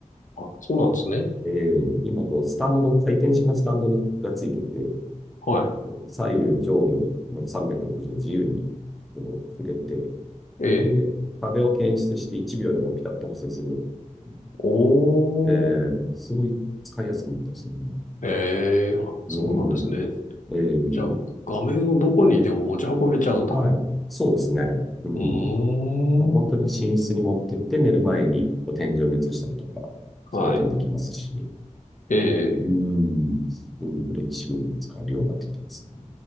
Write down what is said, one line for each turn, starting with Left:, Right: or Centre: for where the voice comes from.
Left: あ、そうなんですね。
Centre: ええ、今、こう、スタンド、回転式のスタンドにがついてて、えー
Left: はい。
Centre: 左右、上下、もう360度自由にこう触れて、
Left: ええ。
Centre: で、壁を検出して1秒でこうピタッと補正するようになってる
Left: おー。
Centre: えー、すごい使いやすくなったりすね。
Left: ええ。あ、
Centre: うん。
Left: そうなんですね。
Centre: えー、
Left: じゃあ、画面をどこにでも持ち運べちゃうんだ。
Centre: はい。そうですね。うん。
Left: うーん。
Centre: まあ、本当に寝室に持ってって寝る前にこう天井に移したりとか、そういうこともできますし、
Left: はい。ええ。
Centre: うん。すごいフレキシブルに使えるようになってきてますね。